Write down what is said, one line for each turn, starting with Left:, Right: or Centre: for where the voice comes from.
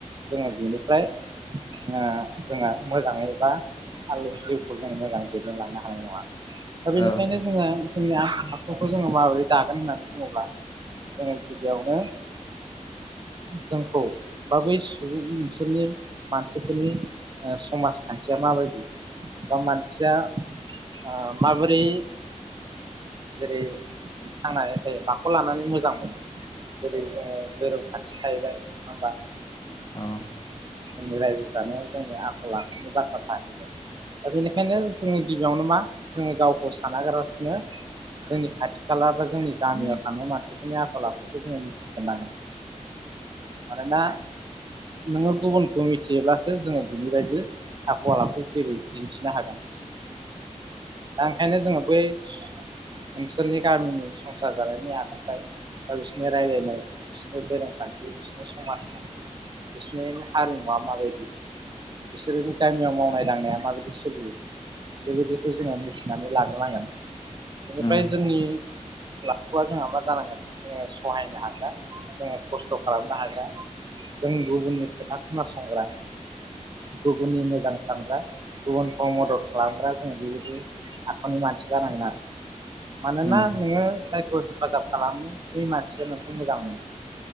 Right: जोङो बिनिफ्राय ङो जोङो मोजाङै बा आलो जिउखौ जों मोजां दैदेनलांनो हानाय नङा दा बेनिखायनो
Left: औ
Right: जोङो जोंनि आखल आखुखौ जोङो माबोरै जागोन होननानै बुङोब्ला जोङो गिबियावनो जोंखौ बा बै सुबुं ओनसोलनि मानसिफोरनि ओ समाज खान्थिया माबायदि बा मानसिया ओ माबोरै जेरै थांनानै थायो माखौ लानानै मोजां मोनो? जेरै जोङो धोरोम खान्थि थाहैबाय नङा होमबा?
Left: अ
Right: जोंनि रायजो जानायाव जोंनि आखल आखुनि बाथ्रा थाहैबाय। दा बेनिखायनो जोङो गिबियावनो मा जोङो गावखौ सानागारासिनो जोंनि खाथि खाला बा जोंनि गामियाव
Left: उम
Right: थानाय मानसिफोरनि आखल आखुखौ जोङो मिथ ग्रोनांगो मानोना नोङो गुबुनखौ मिथियोब्लासो जोङो बिनि बायदि आखल आखु जेरै दिन्थिनो हागोन। दा ओंखायनो जोङो बैस ओनसोलनि गामिनि संसार जानायनि आखुथाय बा बिसोरनि रायलायनाय बिसोरनि धोरोम खान्थि बिसोरनि समाजखान्थि बिसनि मा हारिमुवा माबायदि बिसोरोनि गामियाव मावनाय दांनाया माबायदि सोलियो बेबायदिखौ जोङो मिथिनानै लाग्रोनांगोन बेनिफ्राय
Left: उम
Right: जोंनि लाथ'वा जोंहा मा जानांगोन जोङो सहायनो हाग्रा जोङो खस्थ' खालामनो हाग्रा जों गुबुननि खोथा खोनासंग्रा गुबुननि मोजां सानग्रा गुबुनखौ मदद खालामग्रा जोङो बेबायदि आखुनि मानसि जानांगोन आरो मानोना
Left: उम
Right: नोङो जायखौ हेफाजाब खालामो बै मानसिया नोंखौ मोजां मोनो।